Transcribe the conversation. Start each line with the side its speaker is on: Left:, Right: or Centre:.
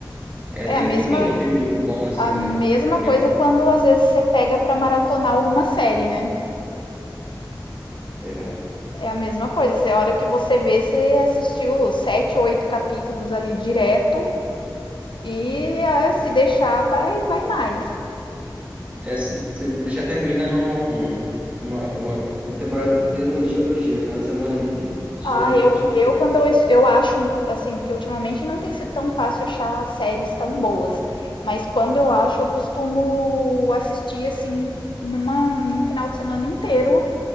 Right: É,
Left: É
Right: tem
Left: a mesma,
Right: tem tempinho que eu não leio um livro bom assim,
Left: a mesma
Right: né? Um
Left: coisa
Right: livro-
Left: quando às vezes você pega pra maratonar alguma série, né?
Right: É,
Left: É a mesma coisa. Você, a hora que você vê, você assistiu sete, oito capítulos ali direto e ah, se deixar, vai, vai mais.
Right: é, se você deixa termina um- uma, uma, uma temporada inteira, num dia ou dois dias, final de semana ali, se estiver
Left: Ah,
Right: ali,
Left: eu,
Right: já deixa.
Left: eu quando eu, es- eu acho, assim, porque ultimamente não tem sido tão fácil achar séries tão boas, mas quando eu acho, eu costumo assistir, assim, numa, num final de semana inteiro,